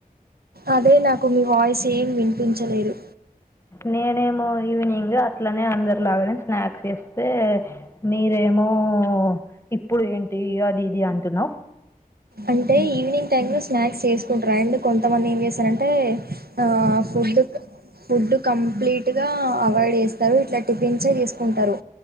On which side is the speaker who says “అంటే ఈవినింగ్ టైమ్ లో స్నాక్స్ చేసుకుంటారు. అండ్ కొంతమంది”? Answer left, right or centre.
Right